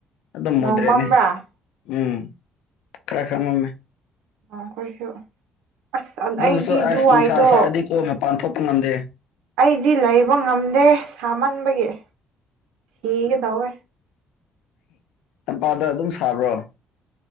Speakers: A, on the left; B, on the right.
A: ꯑꯗꯨꯝ
B: ꯅꯣꯡ
A: ꯃꫭꯗ꯭ꯔꯦꯠꯅꯦ
B: ꯃꯝꯕ꯭ꯔꯥ
A: ꯎꯝ ꯈꯔ ꯈꯔ ꯃꯝꯃꯦ
B: ꯑꯣ ꯑꯈꯣꯏꯁꯨ ꯑꯁ
A: ꯑꯗꯨꯕꯨꯁꯨ
B: ꯑꯩꯗꯤ ꯑꯗꯨꯋꯥꯏꯗꯣ
A: ꯑꯁ ꯅꯨꯡꯁꯥ ꯁꯥꯔꯗꯤꯀꯣ ꯃꯄꯥꯟ ꯊꯣꯛꯄ ꯉꯝꯗꯦ
B: ꯑꯩꯗꯤ ꯂꯩꯕ ꯉꯝꯗꯦ ꯁꯥꯃꯟꯕꯒꯤ ꯁꯤꯒꯦꯇꯧꯋꯦ
A: ꯇꯝꯄꯥꯛꯇꯥ ꯑꯗꯨꯝ ꯁꯥꯕ꯭ꯔꯣ